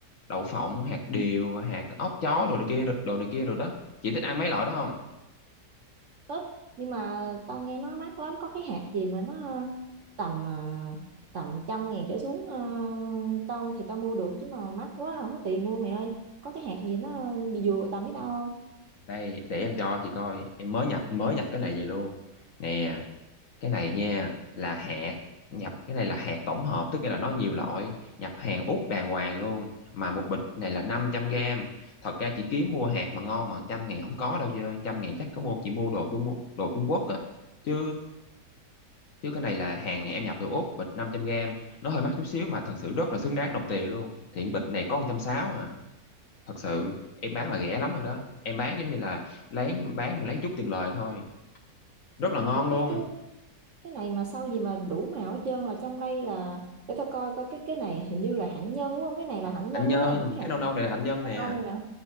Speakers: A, on the left; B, on the right.
A: đậu phộng, hạt điều, hạt ốc chó đồ này kia, đồ đồ này kia đồ đó. Chị thích ăn mấy loại đó không?
B: Tết nhưng mà tao nghe nó mắc lắm có cái hạt gì mà nó ờ, tầm ờ, tầm trăm ngàn trở xuống ờ, tao thì tao mua được chứ mà mắc quá không có tiền mua mày ơi có cái hạt gì nó vừa vừa tầm với tao không
A: đây để em cho chị coi em mới nhập mới nhập cái này về luôn nè cái này nha là hạt nhập cái này là hạt tổng hợp tức nghĩa là nó nhiều loại nhập hàng Úc đàng hoàng luôn mà một bịch này là năm trăm gram thật ra chị kiếm mua hạt mà ngon mà trăm ngàn không có đâu chứ trăm ngàn chắc có mua chị mua đồ Trung đồ Trung Quốc á chứ chứ cái này là hàng em nhập từ Úc bịch 500 gram nó hơi mắc chút xíu mà thật sự rất là xứng đáng đồng tiền luôn thiện bịch này có một trăm sáu à thật sự em bán là rẻ lắm rồi đó em bán giống như là lén bán mà lén chút tiền lời thôi rất là ngon
B: ủa cái
A: luôn
B: cái cái này mà sao gì mà đủ màu hết trơn là trong đây là để tao coi coi cái cái này hình như là hạnh nhân đúng không cái này là hạnh
A: hạnh
B: nhân
A: nhân
B: đúng không cái
A: cái
B: hạt
A: nâu
B: này
A: nâu
B: nè,
A: này là hạnh nhân
B: hạt có
A: nè
B: nâu này nè